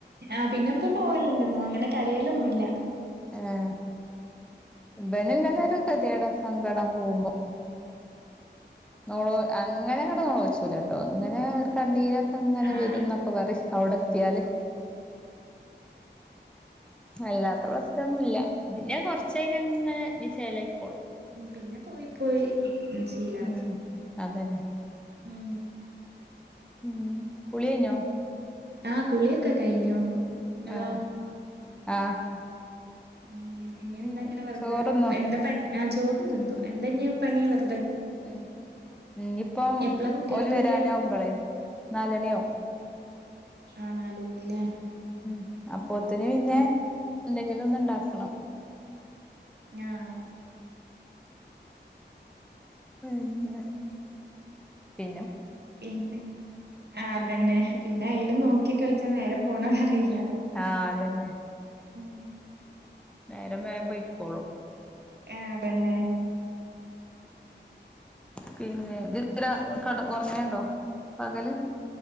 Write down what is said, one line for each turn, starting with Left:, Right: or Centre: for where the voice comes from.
Right: ആഹ് പിന്നെ ഇപ്പൊ പോവലുണ്ട്. ഒന്നും അങ്ങനെ കരയൽ ഒന്നുമില്ല.
Centre: ആഹ് ഇവനും ഇങ്ങനൊരു ഗതികേട് സങ്കടം. പോവുമ്പോ നമ്മള് അത്. അങ്ങനെ അങ്ങട് നോളോെച്ചൂല കേട്ടോ അങ്ങനെ ഒരു കണീരും. അങ്ങനെ
Right: ആഹ്
Centre: വരന്നൊക്കെ പറയും അവിടെ എത്തിയാല് അല്ലാത്ത പ്രശ്നമെന്നുമല്ല. ഇല്ല ഉച്ച കഴിഞ്ഞു അങ്ങനെ. ചേലക്കടും
Right: പിന്നെ പോയി പോയി ഉം ശീലവും
Centre: ഉം അതന്നെ
Right: ഉം
Centre: ഉം കുളി കഴിഞ്ഞോ?
Right: ആഹ് കുളിയൊക്കെ കഴിഞ്ഞു. ഇങ്ങളോ?
Centre: ആഹ് ആഹ്
Right: ഉം ഇനി
Centre: കഴിഞ്ഞു
Right: എന്താങ്ങനെ വെറുതെ
Centre: ചോറ്ന്നോ
Right: എന്താ <unintelligible> ഞാ ചോറും തിന്നു എന്ത ഇഞ്ഞി പണി വെറു
Centre: ഉം ഇന്നിപ്പ
Right: എപ്പളാ കുട്ടികളൊക്കെ
Centre: ഓല് വരാനാവുമ്പോളെ
Right: വരിക
Centre: നാല് മണിയാവും.
Right: ആഹ് നാലുമണി ഇല്ലേ?
Centre: ഉം അപ്പോത്തിന് പിന്നെ എന്തെങ്കിലും ഒന്ന് ഇണ്ടാക്കണം.
Right: ഞാഹ്
Centre: പിന്നെ പി
Right: പിന്നെ ആഹ് അതന്നെ പിന്നെ അയ്ല് നോക്കി കളിച്ച് നേരം പോണ അറിയില്ല.
Centre: ആഹ് അതെന്നെ.
Right: ഉം
Centre: നേരം വേം പൊയ്ക്കോളും.
Right: ഏഹ് തന്നെ
Centre: പിന്നെ ജ് കട് ഒർങ്ങേണ്ടോ പകല്?